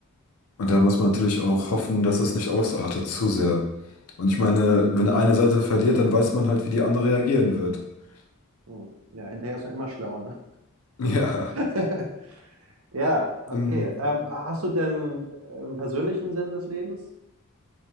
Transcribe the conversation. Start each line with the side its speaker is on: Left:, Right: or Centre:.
Left: Und da muss man natürlich auch hoffen, dass das nicht ausartet zu sehr. Und ich meine, wenn eine Seite verliert, dann weiß man halt, wie die andere reagieren wird. <laughs>
Right: Hm. Ja, hinterher ist man immer schlauer, ne?
Left: Ja,
Right: <laughs> Ja, okay.
Left: ähm,
Right: Ähm, hast du denn äh, einen persönlichen Sinn des Lebens?